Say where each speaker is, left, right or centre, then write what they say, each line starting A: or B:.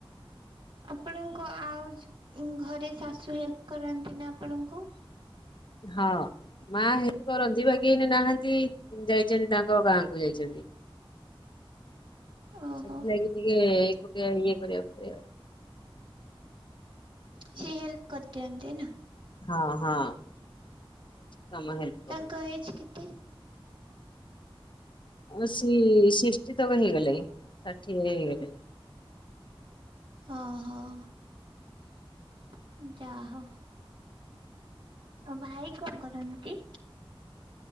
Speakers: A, on the right; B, on the left.
A: ଆପଣଙ୍କ ଆଉ ଘରେ ଶାଶୁ ହେଲ୍ପ କରନ୍ତି ନା ଆପଣଙ୍କୁ?
B: ହଁ ମା ହେଲ୍ପ କରନ୍ତି ବାକି ଏଇନା ନାହାନ୍ତି ଯାଇଛନ୍ତି ତାଙ୍କ ଗାଁ କୁ ଯାଇଛନ୍ତିଁ।
A: ଓହୋ
B: ସେଥିଲାଗି ଟିକେ ଏକୁଟିଆ ଇଏ କରିବାକୁ <inaudible>
A: ସିଏ ହେଲ୍ପ କରିଦିଅନ୍ତି ନା।
B: ହଁ ହଁ। କାମ ହେଲ୍ପ
A: ତାଙ୍କ
B: କରନ୍ତି।
A: ଏଜ କେତେ?
B: ସି ସିଷ୍ଟିତକ ହେଇଗଲାଣି ଷାଠିଏ ହେଇଗଲେଣି।
A: ଓ ହୋ <inaudible> ଯାହଉ। ଆଉ ଭାଇ କଣ କରନ୍ତି?